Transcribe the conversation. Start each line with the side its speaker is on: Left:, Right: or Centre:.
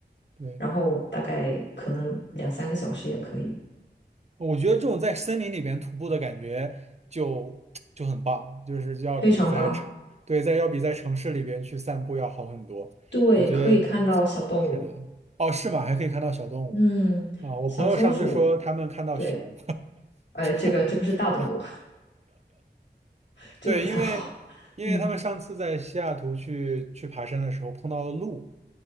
Right: 对，
Left: 然后大概可能两三个小时也可以，
Right: 我觉得这种在森林里边徒步的感觉就就很棒，就是要比在城，
Left: 非常棒。
Right: 对，在要比在城市里边去散步要好很多。
Left: 对，
Right: 我觉得
Left: 可以看到小动物，
Right: 是的。哦，是吗？还可以看到小动物
Left: 嗯，
Right: 啊！我朋友上次说他们看到熊，
Left: 小松鼠，对，呃，这个这个是大动物，
Right: <laughs>
Left: <laughs> 这个不太好。
Right: 对，因为因为他们上次在西雅图去去爬山的时候碰到了鹿
Left: 嗯